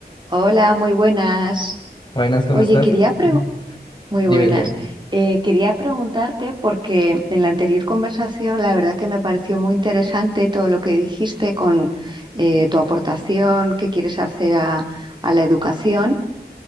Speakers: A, on the right; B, on the left.
A: Hola, muy buenas.
B: Buenas, ¿cómo
A: Oye,
B: estás?
A: quería pre-
B: <laughs>
A: muy
B: Dime,
A: buenas.
B: dime.
A: Eh, quería preguntarte porque en la anterior conversación la verdad que me pareció muy interesante todo lo que dijiste con eh, tu aportación que quieres hacer a, a la educación.